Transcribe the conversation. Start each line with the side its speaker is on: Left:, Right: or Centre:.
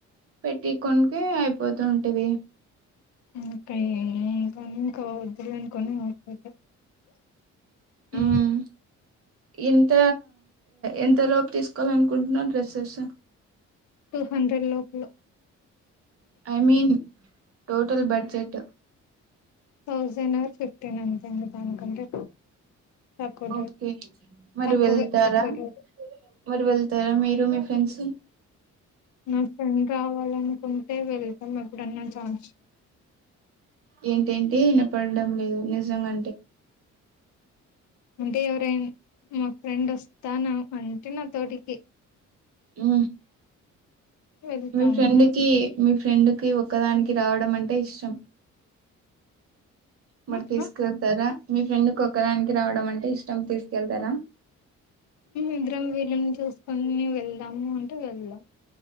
Right: పెట్టికొంటె అయిపోతుంటది
Left: ఇంకా ఏ <unintelligible> అనుకనితే ఉ
Right: మ్మ్ ఎంత ఎంత లోపు తీసుకోవాల అనుకుంటున్న డ్రెస్సెస్
Left: టూ హండ్రెడ్ లోపు లో
Right: I mean total budget
Left: thousand or fifteen అంతే అండి దానికంటే తక్కువ
Right: ఓకే
Left: లేదు
Right: మరి
Left: తక్కువే
Right: వెళ్తారా
Left: ఎక్కువ లేదు
Right: మరి వెళ్తారా మీరు మీ ఫ్రెండ్స్
Left: నా ఫ్రెండ్ రావాలనుకుంటే వెళ్తాం ఎప్పుడన్నా ఛాన్స్
Right: ఏంటేంటి వినపడడం లేదు నిజంగా
Left: అంటే ఎవరైనా మా ఫ్రెండ్ వస్తాను అంటే నా తోటి
Right: ఉ
Left: వెళ్తాము
Right: మీ ఫ్రెండ్ కి మీ ఫ్రెండ్ కి ఒక్కదానికి రావడం అంటే ఇష్టం మరి
Left: ఆహా,
Right: తీసుకెళ్తారా మీ ఫ్రెండ్ కు ఒక్కదానికి రావడం అంటే ఇష్టం తీసుకెళ్తారా
Left: ఇద్దరం వీలుని చూసుకుని వెళ్దాము అంటే వెళ్దాం